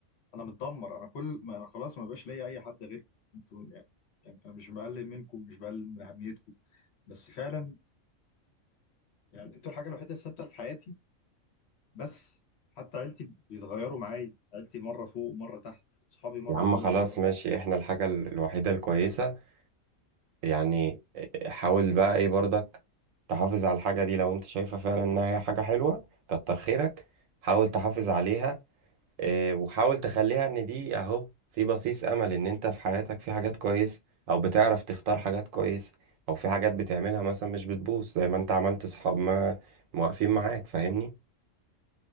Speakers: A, on the left; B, on the right.
A: انا متدمر انا كل ما انا خلاص ما بقاش ليا اي حد غيركم انتوا يعني, يعني انا مش بقلل منكم مش بقلل من اهميتكم بس فعلا يعني انتوا الحاجه الوحيده الثابته اللي في حياتي بس حتى عيلتي بيتغيروا معايا عيلتي مره فوق ومره تحت اصحابي مره
B: يا عم
A: فوق
B: خلاص
A: ومره تحت
B: ماشي إحنا الحاجة ال- الوحيدة الكويسة يعني حاول بقى إيه برضك تحافظ على الحاجة دي لو أنت شايفة فعلا إنها هي حاجة حلوة كتر خيرك حاول تحافظ عليها آه، وحاول تخليها ان دي اهو في بصيص امل ان انت في حياتك في حاجات كويسة او بتعرف تختار حاجات كويسة او في حاجات بتعملها مثلا مش بتبوظ زي ما انت عملت صحاب ما واقفين معاك فاهمني